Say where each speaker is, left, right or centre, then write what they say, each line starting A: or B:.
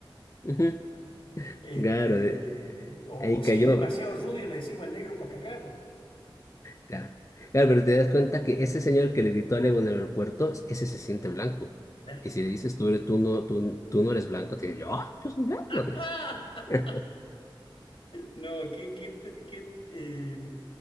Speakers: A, on the left (about 35°); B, on the left (about 90°).
A: ujú,
B: Este,
A: Claro, de-
B: o,
A: ahí
B: o si
A: cayó.
B: es demasiado rubio, le decimos el negro para cargarlo.
A: Claro. Claro, pero te das cuenta que ese señor que le gritó a Evo en el aeropuerto, ese se siente blanco.
B: Claro.
A: Y si le dices, tú, eres- tú, no, tú, tú no eres blanco, te dice, yo, yo soy blanco.
B: <laughs>
A: te- <laughs>
B: No, qué, qué, tr- qué, eh,